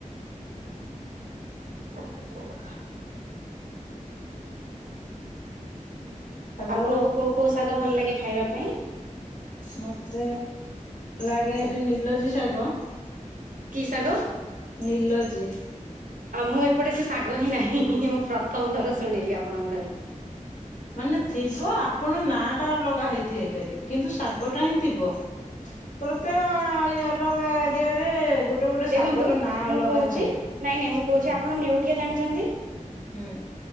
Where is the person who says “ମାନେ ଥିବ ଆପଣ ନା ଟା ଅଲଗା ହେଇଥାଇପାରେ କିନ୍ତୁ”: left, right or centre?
Left